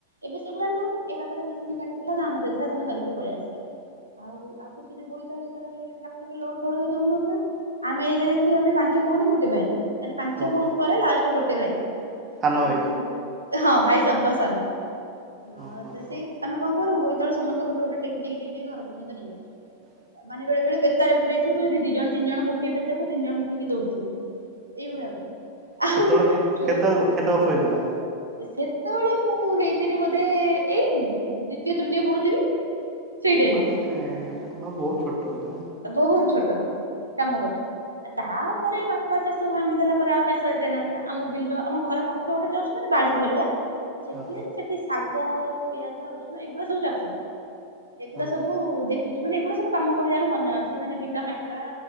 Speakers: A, on the right; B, on the right.
A: ଏବେ ସେଗୁଡଆ ନହଁ ଏକାଥରେ ମେସିନ କାଟିଦେଲା ଧାନ ଦେଇଦେଲା ତମେ ଧରିକି ପଳେଇ ଆସିଲା। ଆଉ ଆଗ ଯଉ ବୋଇ ଯେବେଳୋଟର ଲୋଡଉନଥିଲା। ଆମେଇ ଯେହେତୁ ଆମେ ପାଞ୍ଚ ଭଉଣୀ ଗୋଟେ ଭାଇ। ମାନେ ପାଞ୍ଚ
B: ଓହୋ
A: ଭଉଣୀ ପରେ ଲାଷ୍ଟ ଗୋଟେ ଭାଇ
B: ସାନ
A: ଆଉ
B: ଭାଇ
A: ହଁ ଭାଇ ସବା ସାନ।
B: ହଁ
A: ହଉ
B: ହଁ
A: ତ
B: ହଁ
A: ସେଇ ଆମେ କଣ କରୁ ଏତବେଳେସ୍ତେ ଗୋେ ଗୋଟେ ଟେକି ଟେକି ଟେି ଟକି ଘରର୍ନ୍ତ ନେଇ ଆସୁ।
B: ହଁ।
A: ମାନେବେଳେବେଳେ ବେତାରେ ପୁରରେ ଥିବ ଯିଦି ଦି ଜଣ ତିନିଜଣ ଗୋଟାଏ ବେତାକୁ ଦି ଜଣ ତିନି ଜଣ ଧରିକି ଦଉଡିବୁ। ଏଇଭଳିଆ କର ଆଉ
B: ସେତେବେଳେ କେତେ
A: ଜୋର।
B: କେତେ କେତେ ବର୍ଷ ହେଇଥିଲା?
A: ସେତେବେଳେ ମୁଁ ହେଇ। ସେ ବୋଧେ ଏଇ ଦ୍ଵିତୀୟ ତୃତୀୟ ପଢୁଥିବି। ସେଇ ଟାଇମରେ
B: ମାନେ ବହୁତୁ ଛୋଟ।
A: ବହୁତୁ ଛୋଟ ବେଳୁ କାମ କରୁଛୁ। ତାପରେ ବାପା ଚାଷ ଭାଙ୍ଗିଦେଲା ପରେ ଆଉ ଚାଷ ଏତେ ନାହିଁ ଆମ ବିଲ ଆମ ଘର ପାଖ।। ତ ଜଷ୍ଟ ଗୋଟେ ବାଡି ଭଳିଆ। ସେଠି
B: ଓହୋ
A: ହେଇଚି ସେଠି ଶାଗ ପିଆଜ ରସୁଣ ଏଇଗୁଡା ସବୁ ଚାଷ ହୁଏ। ଏଗୁଡା
B: ଓହୋ
A: ସବୁ ଦେଖିଛି ମାନେ ଏଗୁଡା ସବୁ କାମ କରିବା ର ମନେ ଅଛି। ମାନେ ବିଲ ହାଣିବା।